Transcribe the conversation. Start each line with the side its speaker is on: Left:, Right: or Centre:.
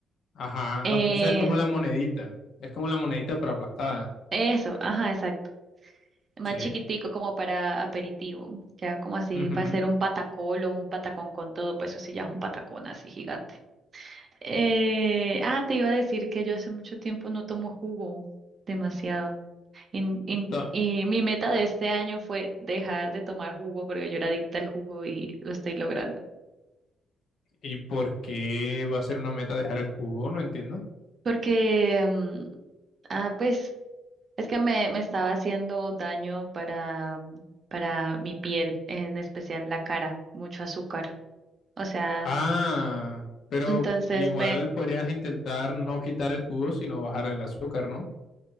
Left: ajá,
Right: Eh,
Left: o sea, es como la monedita, es como la monedita pero aplastada,
Right: eso, ajá, exacto. Más
Left: sí.
Right: chiquitico como para aperitivo, ya como así
Left: ujú.
Right: para hacer un patacol o un patacón con todo, pues eso sí ya es un patacón así gigante. Eh, ah, te iba a decir que yo hace mucho tiempo no tomo jugo, demasiado. In- in-
Left: Ta-
Right: y mi meta de este año fue dejar de tomar jugo porque yo era adicta al jugo y lo estoy logrando.
Left: ¿Y por qué va a ser una meta dejar el jugo? No entiendo.
Right: Porque, mm, ah, pues, es que me, me estaba haciendo daño para, para mi piel, en especial la cara, mucho azúcar. O sea,
Left: Ah, pero
Right: entonces
Left: igual podrías intentar no quitar el jugo, sino bajar el azúcar, ¿no?